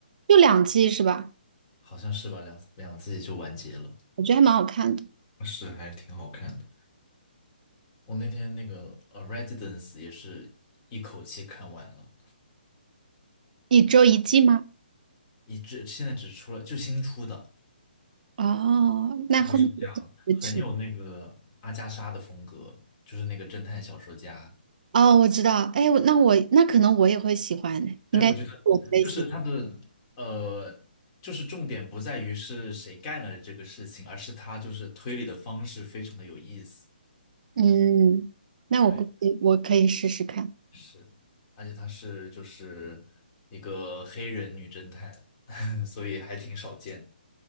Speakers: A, on the right; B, on the left.
A: 就两季是吧？
B: 好像是吧？两两季就完结了，
A: 我觉得还蛮好看的，
B: 是还挺好看的。我那天那个呃《Residence》也是一口气看完了，
A: 一周一季吗？
B: 一直现在只出了就新出的，
A: 哦，那后面就不出？
B: 然后是讲很有那个阿加莎的风格，就是那个侦探小说家。
A: 哦，我知道，哎，我那我那可能我也会喜欢的，应该是我的类型。
B: 对，我觉得就是他的呃，就是重点不在于是谁干了这个事情，而是他就是推理的方式非常的有意思。
A: 嗯，那我估计我可以试试看。
B: 对，是，而且他是就是一个黑人女侦探，<laughs> 所以还挺少见